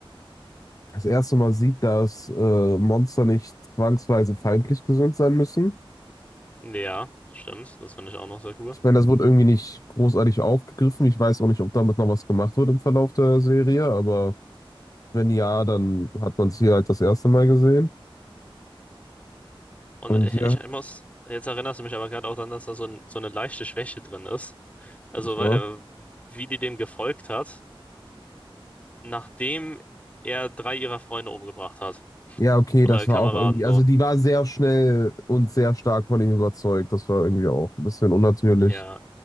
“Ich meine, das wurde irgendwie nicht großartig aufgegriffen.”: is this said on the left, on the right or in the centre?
Left